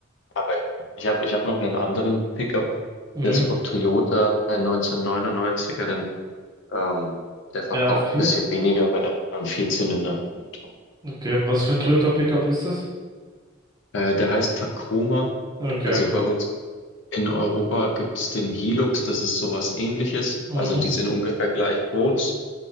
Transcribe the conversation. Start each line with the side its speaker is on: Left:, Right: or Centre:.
Left: aber ja, ich habe ich hab noch einen anderen Pickup,
Right: Mhm.
Left: der ist von Toyota, ein 1999er, denn ähm, der verbraucht
Right: ra vier,
Left: ein bisschen weniger bei der anderen Vierzylinder-Motor.
Right: Okay, was für ein Toyota Pickup ist das?
Left: Äh, der heißt Tacoma.
Right: Okay.
Left: Also bei uns in Europa gibt es den Hilux, das ist sowas ähnliches.
Right: Mhm.
Left: Also die sind ungefähr gleich groß